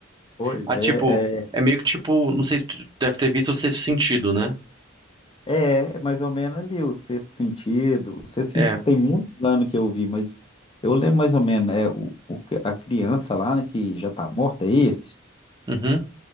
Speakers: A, on the left (about 25°); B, on the right (about 25°).
A: Pois
B: Ah, tipo,
A: é, é,
B: é meio que tipo, não sei se tu deve ter visto o Sexto Sentido, né?
A: é, é mais ou menos ali o Sexto Sentido. O Sexto Sentido
B: É.
A: tem muitos anos que eu vi, mas eu lembro mais ou menos, é o, o- a criança lá, né, que já tá morta, é esse?
B: Uhum.